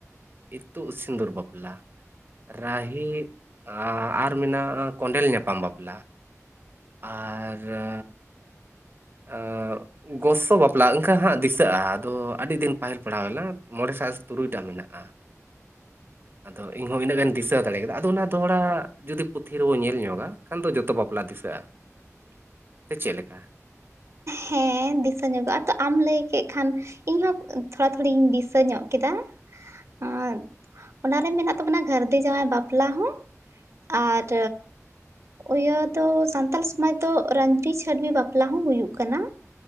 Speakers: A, on the right; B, on the right.
A: ᱤᱛᱩᱫ ᱥᱤᱸᱫᱩᱨ ᱵᱟᱯᱞᱟ᱾ ᱨᱟᱦᱤ ᱟ ᱟᱨ ᱢᱮᱱᱟᱜᱼᱟ ᱠᱚᱸᱰᱮᱞ ᱧᱟᱯᱟᱢ ᱵᱟᱯᱞᱟ᱾ ᱟᱨ ᱨᱟ ᱟᱸᱜ ᱜᱚᱥᱚ ᱵᱟᱯᱞᱟ ᱮᱝᱠᱟ ᱦᱟᱸᱜ ᱫᱤᱥᱟᱹᱜᱼᱟ ᱟᱫᱚ ᱟᱹᱰᱤ ᱫᱤᱱ ᱛᱟᱦᱮᱱ ᱯᱟᱲᱦᱟᱣ ᱦᱩᱭ ᱞᱮᱱᱟ ᱢᱚᱬᱮ ᱥᱟᱜ ᱥᱮ ᱛᱩᱨᱩᱭ ᱴᱟ ᱢᱮᱱᱟᱜᱼᱟ᱾
B: <inaudible>
A: ᱟᱫᱚ ᱤᱧᱦᱚᱸ ᱤᱱᱟᱹᱜ ᱜᱮᱱᱤᱧ ᱫᱤᱥᱟᱹ ᱫᱟᱲᱮ ᱠᱟᱫᱟ ᱟᱫᱚ ᱚᱱᱟ ᱫᱚᱦᱲᱟ ᱡᱩᱫᱤ ᱯᱩᱛᱷᱤ ᱨᱮᱵᱚ ᱧᱮᱞ ᱧᱚᱜᱟ ᱮᱠᱷᱟᱱ ᱫᱚ ᱡᱚᱛᱚ ᱵᱟᱯᱞᱟ ᱫᱤᱥᱟᱹᱜᱼᱟ᱾
B: <inaudible>
A: ᱥᱮ ᱪᱮᱫ ᱞᱮᱠᱟ?
B: ᱦᱮᱸ ᱫᱤᱥᱟᱹ ᱧᱚᱜᱚᱜᱼᱟ ᱛᱚ ᱟᱢ ᱞᱮᱭ ᱠᱮᱜ ᱠᱷᱟᱱ ᱤᱧᱦᱚᱸ ᱛᱷᱚᱲᱟ ᱛᱷᱩᱲᱤᱧ ᱫᱤᱥᱟᱹ ᱧᱚᱜ ᱠᱮᱫᱟ᱾ ᱟᱸ ᱚᱱᱟᱨᱮ ᱢᱮᱱᱟᱜ ᱛᱟᱵᱚᱱᱟ ᱜᱷᱟᱹᱨᱫᱤ ᱡᱟᱶᱟᱭ ᱵᱟᱯᱞᱟ ᱦᱚᱸ᱾ ᱟᱨ ᱳᱭᱟᱹ ᱫᱚ ᱥᱟᱱᱛᱟᱞ ᱥᱚᱢᱟᱡᱽ ᱫᱚ ᱨᱟᱺᱰᱤ ᱪᱷᱟᱹᱰᱣᱤ ᱵᱟᱯᱞᱟ ᱦᱚᱸ ᱦᱩᱭᱩᱜ ᱠᱟᱱᱟ